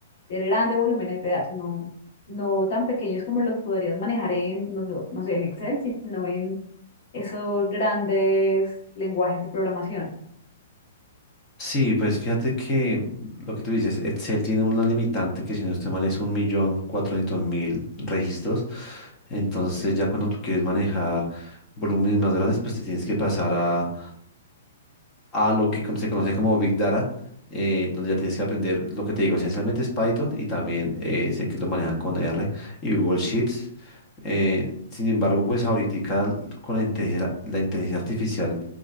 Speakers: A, on the left (about 50°); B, on the left (about 20°).
A: de grandes volúmenes de datos, no, no tan pequeños como los podrías manejar en, no, sé, no sé, en Excel, sino en esos grandes lenguajes de programación.
B: Sí, pues fíjate que lo que tú dices, Excel tiene una limitante que si no estoy mal es un millón cuatrocientos mil registros. Entonces ya cuando tú quieres manejar volúmenes más grandes, pues te tienes que pasar a a lo que con- se conoce como Big Data, eh, donde ya tienes que aprender lo que te digo, esencialmente es Python y también eh, sé que lo manejan con R y Google Sheets. Eh, sin embargo, pues ahorita con la inteligencia, la inteligencia artificial,